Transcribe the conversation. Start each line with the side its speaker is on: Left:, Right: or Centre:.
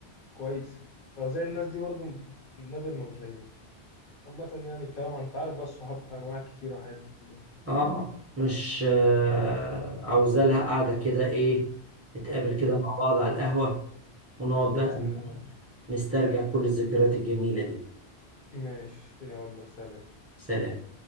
Left: كويس فزي الناس دي برضو نادر ما بتلاقيها عامة يعني الكلام عن تعرف بقى الصحاب أنواع كتير وحاجات كتير
Right: اه مش آه، عاوزة لها قاعدة كده ايه نتقابل كده
Left: مم.
Right: مع بعض على القهوة ونقعد
Left: بإذن
Right: بقى
Left: الله
Right: نسترجع كل الذكريات الجميلة دي
Left: ماشي يلا سلام
Right: سلام